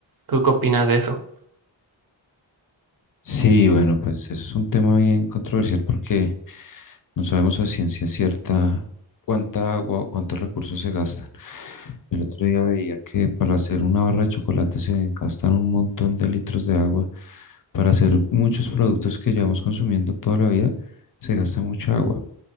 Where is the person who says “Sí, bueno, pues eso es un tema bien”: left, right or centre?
Left